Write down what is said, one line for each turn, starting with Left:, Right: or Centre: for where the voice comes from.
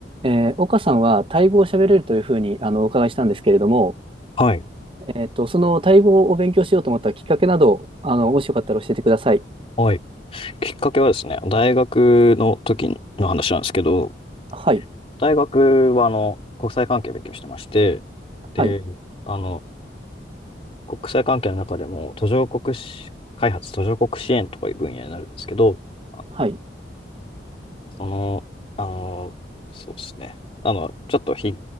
Right: えー岡さんはタイ語を喋れるというふうにあのお伺いしたんですけれども、
Left: はい。
Right: えっと、そのタイ語を勉強しようと思ったきっかけなど、あの、もしよかったら教えてください。
Left: はい。きっかけはですね、大学の時の話なんですけど、
Right: はい、
Left: 大学はあの国際関係を勉強してまして、で、
Right: はい、
Left: あの、国際関係の中でも途上国し開発、途上国支援とかいう分野になるんですけど、あの、
Right: はい、
Left: その、あの、そうですね、あの、ちょっとひ、